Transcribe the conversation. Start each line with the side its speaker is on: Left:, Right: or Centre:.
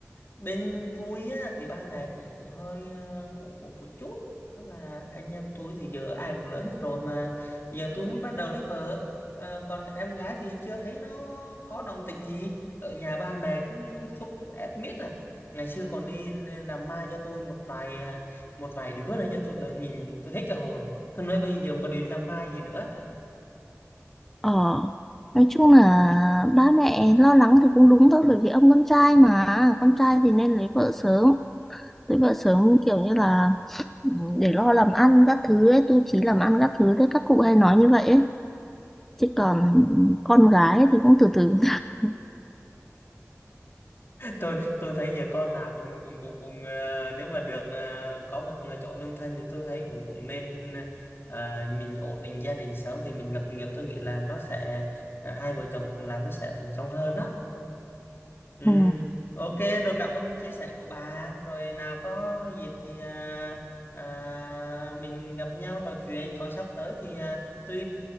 Left: bên tôi á, thì ba mẹ cũng cũng hơi ờ, cũng cũng một chút đó là anh em tôi thì giờ ai cũng lớn hết rồi mà giờ tôi mới bắt đầu lấy vợ Ờ, còn em gái thì chưa thấy nó có đồng tịnh gì ở nhà ba mẹ cứ thúc ép miết à ngày xưa còn đi làm mai cho tôi một vài à, một vài đứa nữa cho tôi là nhìn tôi hết cả hồn tôi nói bây giờ còn đi làm mai gì nữa
Centre: ờ nói chung là ba mẹ lo lắng thì cũng đúng thôi bởi vì ông con trai mà con trai thì nên lấy vợ sớm lấy vợ sớm kiểu như là ừ, để lo làm ăn các thứ ấy, tu chí làm ăn các thứ đấy các cụ hay nói như vậy ấy. chứ còn con gái thì cũng từ từ <laughs>
Left: tôi tôi thấy giờ con nào cũng cũng cũng cũng ờ, nếu mà được ờ, có một chỗ nương thân thì tôi thấy cũng cũng nên ờ, mình ổn định gia đình sớm thì mình lập nghiệp tôi nghĩ là nó sẽ ờ, hai vợ chồng cùng làm nó sẽ thành công hơn đó ừ.
Centre: Ừ,
Left: Ok rồi cảm ơn chia sẻ của bà rồi nào có dịp thì à, à, mình gặp nhau trò chuyện còn sắp tới thì à, tôi